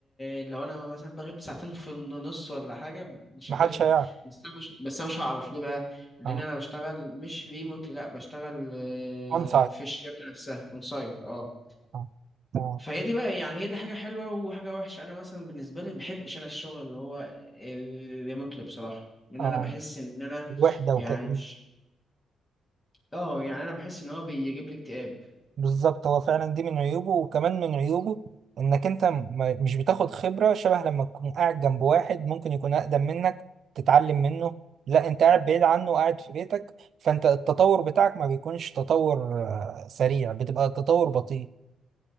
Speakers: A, on the left; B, on the right.
A: آه، لو انا مثلا بغيب ساعتين في النص ولا حاجه مش
B: محدش
A: هتفهم
B: هيعرف
A: بس انا مش بس انا مش هعرف ليه بقى لان
B: اه
A: انا بشتغل مش ريموتلي لا بشتغل آه،
B: اون سايد
A: في الشركه نفسها اون سايت اه
B: اه اه
A: فهي دي بقى يعني هي دي حاجه حلوه وحاجه وحشه انا مثلا بالنسبه لي بحبش انا الشغل اللي هو ريموتلي بصراحه لان
B: آه.
A: انا بحس ان انا
B: وحدة
A: يعني
B: وكئيب
A: مش اه يعني انا بحس ان هو بيجيب لي اكتئاب
B: بالظبط هو فعلا دي من عيوبه وكمان من عيوبه انك انت ما- مش بتاخد خبرة شبه لما تكون قاعد جنب واحد ممكن يكون اقدم منك تتعلم منه لا انت قاعد بعيد عنه وقاعد في بيتك فانت التطور بتاعك ما بيكونش تطور آه، سريع بتبقى التطور بطيء